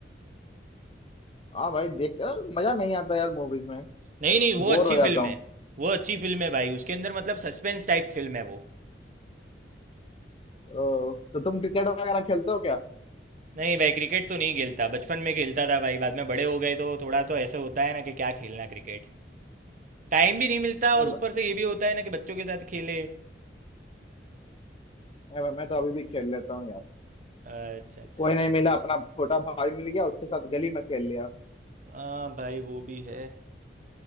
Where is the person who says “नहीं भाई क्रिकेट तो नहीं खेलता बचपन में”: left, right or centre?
Right